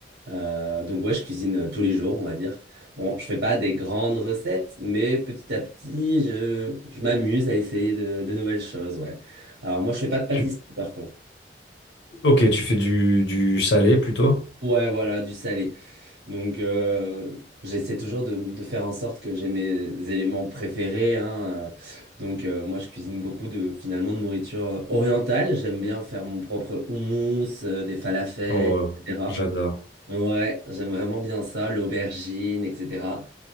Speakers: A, on the right; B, on the left.
A: Euh, donc ouais, je cuisine euh, tous les jours, on va dire. Bon, je fais pas des grandes recettes, mais petit à petit, je, je m'amuse à essayer de, de nouvelles choses, ouais. Alors moi, je fais pas de pâtisserie,
B: tu-
A: par contre.
B: Ok, tu fais du, du salé plutôt?
A: Ouais, voilà, du salé. Donc euh, j'essaie toujours de, de faire en sorte que j'ai mes éléments préférés, hein. euh. Donc euh, moi, je cuisine beaucoup de, finalement, de nourriture euh, orientale. J'aime bien faire mon propre houmous, euh, des falafels,
B: Oh,
A: etc.
B: j'adore.
A: Ouais, j'aime vraiment bien ça, l'aubergine, etc.